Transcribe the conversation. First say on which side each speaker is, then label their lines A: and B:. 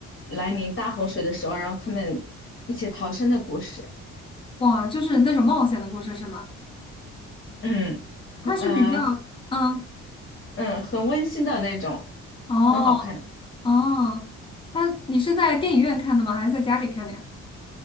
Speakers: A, on the left (about 40°); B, on the left (about 15°).
A: 来临大洪水的时候，然后他们一起逃生的故事。
B: 哇，就是那种冒险的故事是吗？
A: 嗯，
B: 它是比较，
A: 呃
B: 嗯，
A: 嗯，很温馨的那种，
B: 哦
A: 很好看。
B: 哦，那你是在电影院看的吗？还是在家里看的呀？